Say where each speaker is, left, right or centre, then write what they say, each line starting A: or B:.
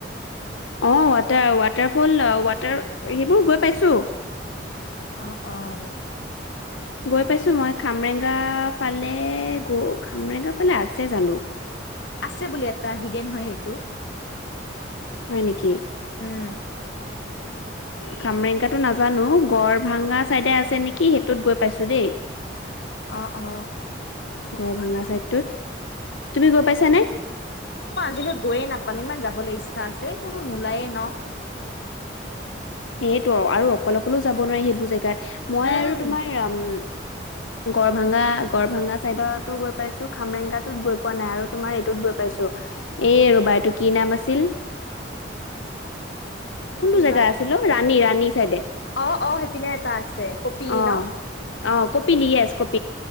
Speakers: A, on the left (about 85°); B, on the left (about 60°).
A: অ', ৱাটাৰ ৱাটাৰ ফল ৱাটাৰ সেইবোৰ গৈ পাইছোঁ।
B: অ', অ'
A: গৈ পাইছোঁ মই, খামৰেংগা ফালে গ খামৰেংগা ফালে আছে জানোঁ।
B: আছে বুলে এটা হিডেন হয় সেইটো।
A: হয় নেকি?
B: উম্।
A: খামৰেঙগাটো নাজানো গড়ভাঙা চাইডে আছে নেকি সেইটোত গৈ পাইছে দেই।
B: অ', অ'।
A: গড় ভাঙা চাইডটোত তুমি গৈ পাইছানে।
B: মই আজিলৈ গৈয়ে নাপালো ইমান যাবলৈ ইচ্ছা আছে কোনো নোলায়ে ন।
A: সেইয়েতো আৰু অকলে, অকলেও যাব নোৱাৰে সেইবোৰ জেগাত মই
B: উম
A: আৰু তোমাৰ উম। গড়ভাঙা, গড়ভাঙা চাইডতো গৈ পাইছো খামৰেংগাতোত গৈ পোৱা নাই আৰু তোমাৰ এইটোত গৈ। পাইছো এ ৰ'বা এইটো কি নাম আছিল। কোনটো
B: কিবা
A: জেগা আছিল অ, ৰাণী, ৰাণী চাইডে।
B: অ', অ', সেইপিনে এটা আছে কপিলি
A: অ
B: ন।
A: অ, কপিলি ইয়েছ কিপলি